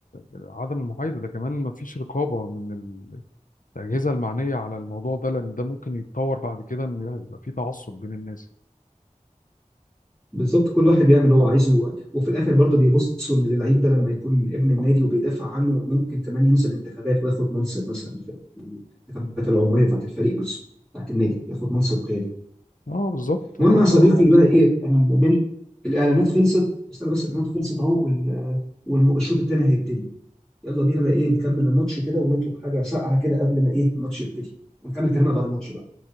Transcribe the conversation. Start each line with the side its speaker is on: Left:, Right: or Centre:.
Left: عدم المحايدة ده كمان مفيش رقابة من ال- الأجهزة المعنية على الموضوع ده لأن ده ممكن يتطور بعد كده إن يبقى في تعصب بين الناس
Centre: بالظبط كل واحد بيعمل اللي هو عايزه و- وفي الاخر برضه بيبصوا للعيب ده لما يكون ابن النادي وبيدافع عنه ممكن كمان ينزل انتخابات وياخد منصب مثلا في الانتخابات العموميه بتاعت الفريق نفسه بتاعت النادي ياخد منصب قيادي
Left: اه بالظبط
Centre: المهم
Left: هما بيدوروا
Centre: يا صديقي
Left: على مصالح
Centre: بقى ايه انا بين الاعلانات خلصت استنى بس الاعلانات خلصت اهو وال- والم- والشوط الثاني هيبتدي يلا بينا بقى ايه نكمل الماتش كده ونطلب حاجه ساقعه كده قبل ما ايه الماتش يبتدي ونكمل كلامنا بعد الماتش بقى